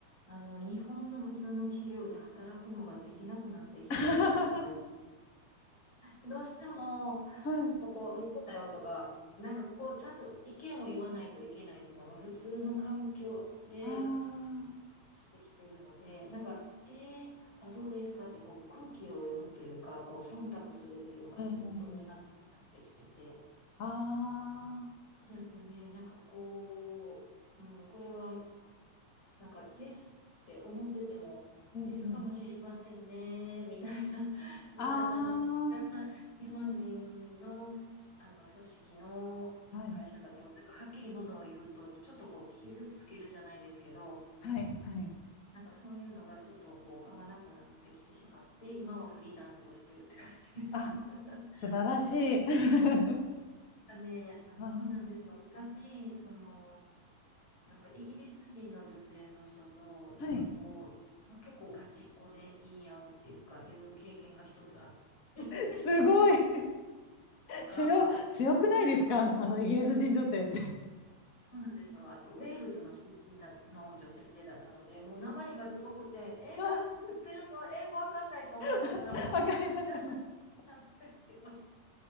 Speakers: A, on the left; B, on the left.
A: う、あの、日本の普通の企業で働くのができなくなってきている自分がいて、
B: <laughs>
A: どうしても、
B: はい。
A: なんかこう、うんこうだよとか、なんかこう、ちゃんと意見を言わないといけないっていうのが普通の環境で
B: ああ、
A: してきてるので、なんか、えー、あ、どうですかってこう空気を読むというか、こう、忖度するっていうのがちょっと苦手になってきてて、
B: うんうんうん。ああ、
A: そうですよね。なんかこう、うん、これは、なんか、イエスって思ってても、
B: うんうん。
A: イエスかもしれませんね、みたいな <laughs> 言い方が、
B: ああ、
A: 日本人の、あの、組織の会社だと、
B: はい。
A: なんかはっきりものを言うと、ちょっとこう、傷つけるじゃないですけど、
B: はい。はい。
A: なんかそういうのがちょっとこう、合わなくなってきてしまって、今はフリーランスをしてるって感じです。
B: あ、
A: <laughs>
B: 素晴らしい。<laughs>
A: ね、あの、
B: あー
A: そうなんですよ。昔、その、なんかイギリス人の女性の人と、なんかこう、
B: はい。
A: 結構ガチンコで言い合うっていうか、いう経験が一つあって。
B: すごい。
A: <laughs> なんか、
B: 強、強くないですかあのあのイギリス人女性って。
A: そうなんですよ。あと、ウェールズの出身だの女性だったので、もう訛りがすごくて、え、
B: あ
A: なんて言ってるの英語わかんないと思いながらも、
B: ー <laughs> わかります。
A: <laughs> じゃあ、
B: わかります。
A: なんですけど、